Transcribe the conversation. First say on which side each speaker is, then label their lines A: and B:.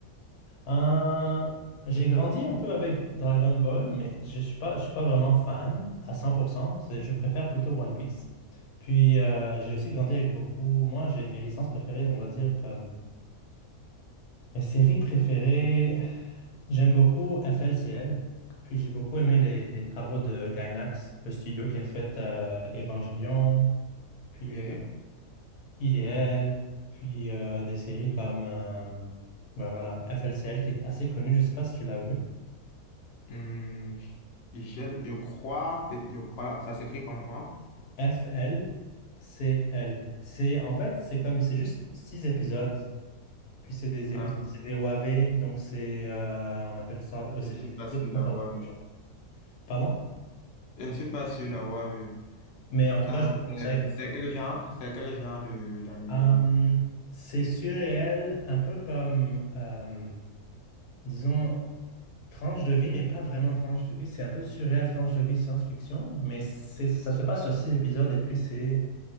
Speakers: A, on the left (about 80°); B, on the left (about 60°).
A: Euh, j'ai grandi un peu avec Dragon Ball, mais je suis pas, je suis pas vraiment fan à 100%. C'est- Je préfère plutôt One Piece. Puis euh, j'ai aussi grandi avec beaucoup. Moi, j'ai mes licences préférées, on va dire comme mes séries préférées. J'aime beaucoup F L C L Puis j'ai beaucoup aimé les, les travaux de Gainax, le studio qui a fait euh, Evangelion, puis
B: Oui.
A: euh, Il et Elle, puis euh, des séries comme euh, ben voilà, F L C L qui est assez connu. Je sais pas si tu l'as vu.
B: Hum, je, je crois, je crois, ça s'écrit comment?
A: F-L-C-L. C'est, en fait, c'est comme, c'est juste six épisodes. Puis c'est des épisodes,
B: Euh,
A: c'est des OAV, donc c'est, euh, on appelle ça, ben,
B: je
A: c'est
B: ne suis
A: des
B: pas
A: épisodes
B: sûr
A: qui vont
B: d'avoir
A: faire plusieurs.
B: vu.
A: Pardon?
B: Je ne suis pas sûr d'avoir vu.
A: Mais en tout cas,
B: Euh,
A: je te conseille
B: c'est
A: si
B: c'est
A: tu veux.
B: quel genre? C'est quel genre de d'animé?
A: Euh, c'est surréel, un peu comme, euh, disons, tranche de vie, mais pas vraiment tranche de vie. C'est un peu surréel, tranche de vie, science-fiction, mais c'est, ça se passe sur six épisodes et puis c'est,